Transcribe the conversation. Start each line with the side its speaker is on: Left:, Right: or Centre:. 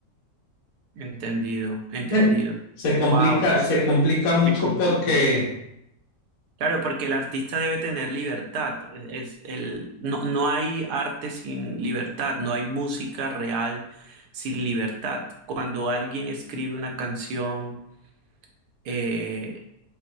Right: Entendido, entendido.
Left: <laughs> Se complica,
Right: Wow,
Left: se complica mucho
Right: se complica.
Left: porque,
Right: Claro, porque el artista debe tener libertad. Es es el, no, no hay arte sin libertad, no hay música real sin libertad. Cuando alguien escribe una canción, eh,